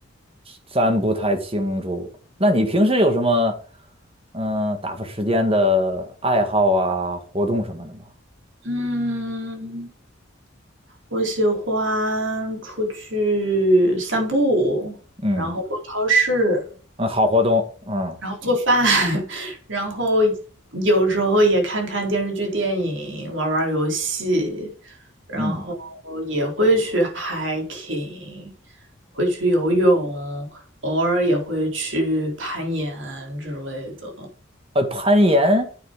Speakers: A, on the right; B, on the right.
A: 咱不太清楚。那你平时有什么嗯打发时间的爱好啊、活动什么的吗？
B: 嗯，我喜欢出去散步，
A: 嗯
B: 然后逛超市，
A: 嗯，好活动，嗯
B: 然后做饭，<laughs> 然后有时候也看看电视剧、电影，玩玩游戏，然后
A: 嗯，
B: 也会去 hiking，会去游泳，偶尔也会去攀岩之类的。
A: 呃，攀岩，